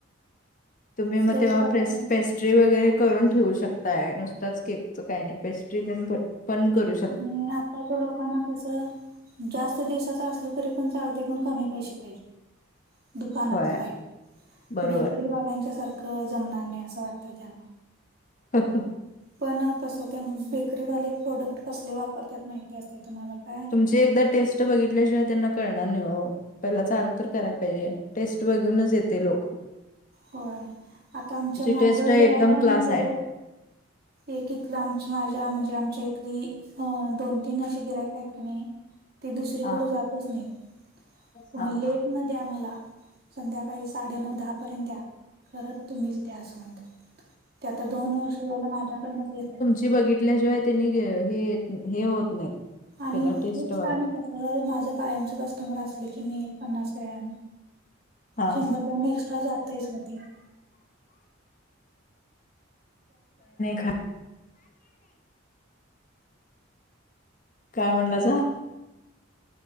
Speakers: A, on the left; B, on the right.
A: तुम्ही मग
B: फ्रेश
A: तेव्हा
B: बघत
A: प्रेस्ट
B: नाही त्यांना.
A: पेस्ट पेस्ट्री वगैरे करून ठेवू शकताय नुसताच केकचं काही नाही पेस्ट्री पण करून
B: आणि आताच्या लोकांना कसं जास्त दिवसाचा असलो तरी पण चालते पण कमी पैसे पाहिजे दुकानातलं
A: होय
B: पाे
A: बरोबर.
B: बेकरीवाल्यांच्या सारख जमणार नाही असं वाटतं त्यांना
A: ह ह
B: पण कसं त्यानी बेकरीवाले प्रोडक्ट कसले वापरतात माहिती असते तुम्हाला काय
A: तुमची एकदा टेस्ट बघितल्याशिवाय त्यांना करणार नाही हो पहिला चाल तर करायला पाहिजे टेस्ट बघूनच येते लोकं
B: होय आता आमच्या माझं
A: टेस्ट एकदम
B: गिरायक का
A: क्लास
B: नाही खेळत
A: आहे
B: एक इथलं आची माझ्या म्हणजे आमच्या इथली.. ह दोन तीन अे गिरयक आहेत क नाही ती दुसरीकडे
A: हा
B: जातच नाहीत तुम्ही
A: हा
B: लेट
A: हा
B: न द्या मला संध्याकाळी साडे नऊ दहा पर्यंत द्या खत तुम्हीच द्या असं म्हणतात ते आता दोन वर्ष झालं माझ्याकडनच घेतात
A: ज बघितल्याशिवाय त्यांनी हे होत नाही
B: आणि
A: पहिला टेस्ट
B: तेच
A: बघा
B: का कस माझं कायमच कस्टमर असले की मी एक पन्नास ग्रॅम
A: हा
B: शंभर ग्रॅम एक्स्ट्रा जात आहे मध्ये <inaudible>
A: ख काय म्हणला जा